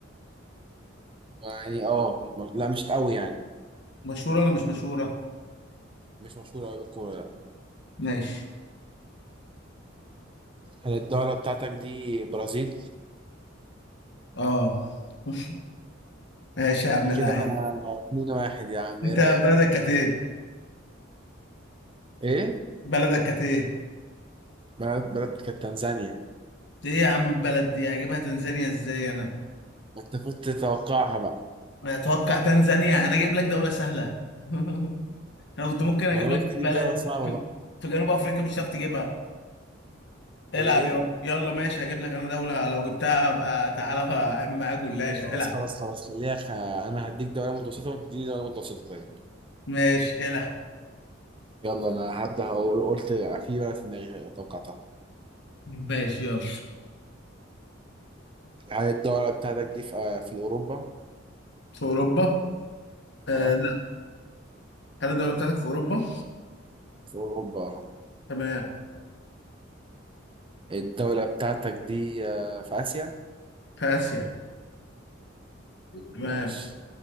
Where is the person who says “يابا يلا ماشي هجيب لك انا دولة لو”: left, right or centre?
Left